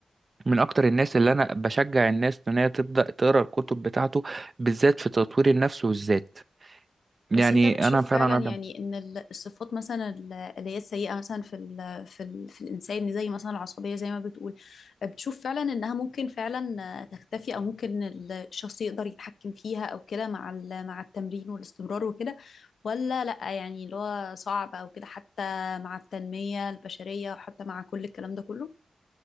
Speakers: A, on the right (about 35°); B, on the left (about 85°).
A: من اكتر الناس اللي انا بشجع الناس ان هي تبدا تقرا الكتب بتاعته بالذات في تطوير النفس والذات يعني
B: بس انت بتشوف
A: انا فعلا
B: فعلا
A: ادم
B: يعني ان ال- الصفات مثلا ال- اللي هي السيئه مثلا في ال في ال في الانسان زي مثلا العصبيه زي ما بتقول بتشوف فعلا انها ممكن فعلا تختفي او ممكن الشخص يقدر يتحكم فيها او كده مع ال- مع التمرين والاستمرار وكده ولا لا يعني اللي هو صعب او كده حتى مع التنميه البشريه وحتى مع كل الكلام ده كله